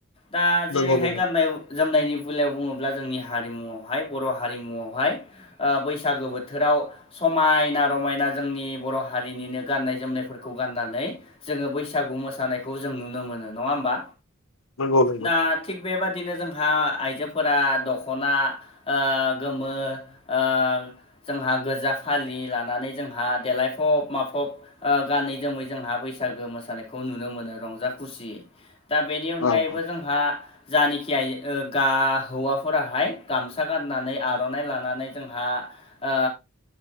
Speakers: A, on the left; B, on the left.
A: दा जेरैहाय
B: नंगौ नंगौ
A: गाननाय जोमनायनि बेलायाव बुङोब्ला जोंनि हारिमुआवहाय बर' हारिमुआवहाय ओ बैसागो बोथोराव समायना रमायना जोंनि बर' हारिनिनो गाननाय जोमनायफोरखौ गाननानै जोंङो बैसागु मोसानायखौ जों नुनो मोनो नङा होमबा
B: नंगौ नंगौ
A: दा थिग बेबादिनो जोंहा आइजोफोरा दख'ना ओ गोमो ओ जोंहा गोजा फालि लानानै जोंहा देलायफब माफब ओ गानै जोमै जोंहा बैसागो मोसानायखौ नुनो मोनो रंजा खुसि। दा बेनि अनगायैबो
B: औ औ
A: जोंहा जानोखि गियाय ओ गा हौवाफोराहाय गामसा गाननानै आर'नाइ लानानै जोंहा ओ